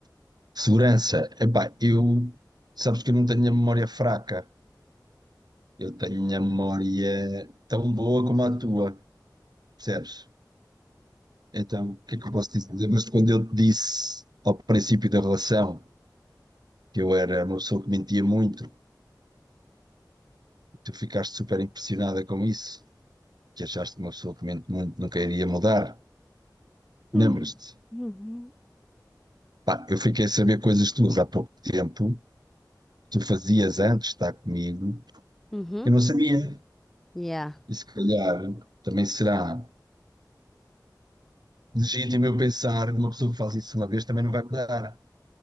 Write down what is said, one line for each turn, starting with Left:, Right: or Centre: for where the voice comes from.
Right: segurança. Epá, eu, sabes que eu não tenho a memória fraca. Eu tenho a memória tão boa como a tua, percebes? Então, o que é que eu posso dizer? Lembras-te quando eu te disse ao princípio da relação que eu era uma pessoa que mentia muito? Tu ficaste super impressionada com isso, que achaste que uma pessoa que mente muito nunca iria mudar.
Centre: Hum,
Right: Lembras-te?
Centre: Uhum.
Right: Pá, eu fiquei a saber coisas tuas há pouco tempo, que tu fazias antes de estar comigo,
Centre: Uhum.
Right: eu não sabia.
Centre: Yeah,
Right: E se calhar também será legítimo eu pensar que uma pessoa que faz isso uma vez também não vai mudar,